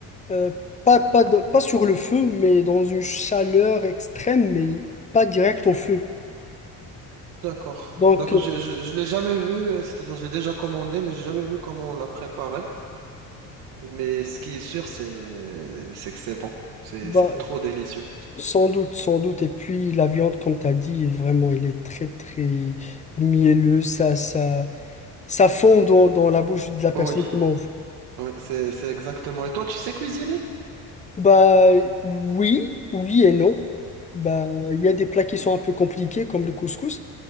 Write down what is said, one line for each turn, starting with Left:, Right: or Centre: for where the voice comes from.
Left: euh, pas pas dans- pas sur le feu, mais dans une chaleur extrême, mais pas direct au feu.
Right: D'accord,
Left: Donc,
Right: d'accord.
Left: euh,
Right: Je je, je l'ai jamais vu. euh, C'est-à-dire je l'ai déjà commandé, mais j'ai jamais vu comment on la préparait. Mais ce qui est sûr c'est c'est que c'est bon. C'est
Left: bah,
Right: c'est trop délicieux.
Left: sans doute, sans doute. Et puis la viande, comme tu as dit, vraiment, elle est très très mielleuse. Ça ça Ça fond dans, dans la bouche de la personne
Right: Oui.
Left: qui mange.
Right: Oui, c'est, c'est exactement. Et toi, tu sais cuisiner?
Left: Bah oui, oui et non. Bah il y a des plats qui sont un peu compliqués comme le couscous.